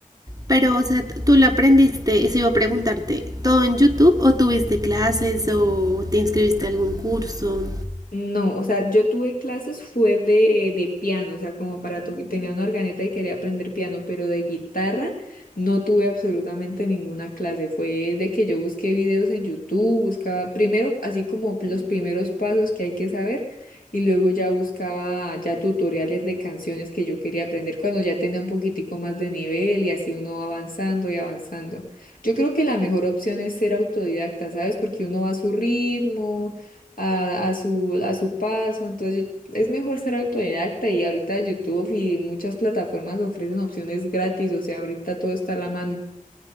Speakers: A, on the right; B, on the left.
A: Pero, o sea, tú lo aprendiste, eso iba a preguntarte, ¿todo en YouTube o tuviste clases o te inscribiste a algún curso?
B: No, o sea, yo tuve clases fue de, eh, de piano, o sea, como para tocar, tenía una organeta y quería aprender piano, pero de guitarra no tuve absolutamente ninguna clase. Fue de que yo busqué videos en YouTube, buscaba primero así como los primeros pasos que hay que saber y luego ya buscaba ya tutoriales de canciones que yo quería aprender cuando ya tenía un poquitico más de nivel y así uno va avanzando y avanzando. Yo creo que la mejor opción es ser autodidacta, ¿sabes? Porque uno va a su ritmo a, a su, a su paso. Entonces yo- es mejor ser autodidacta y ahorita YouTube y muchas plataformas ofrecen opciones gratis, o sea, ahorita todo está a la mano.